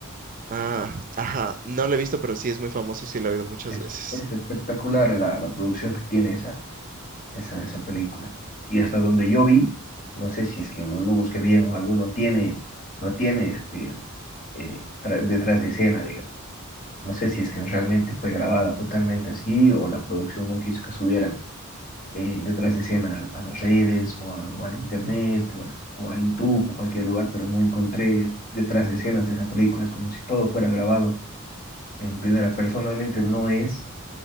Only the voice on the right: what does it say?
Ah, ajá, no la he visto, pero sí es muy famosa y sí la he oído muchas
veces.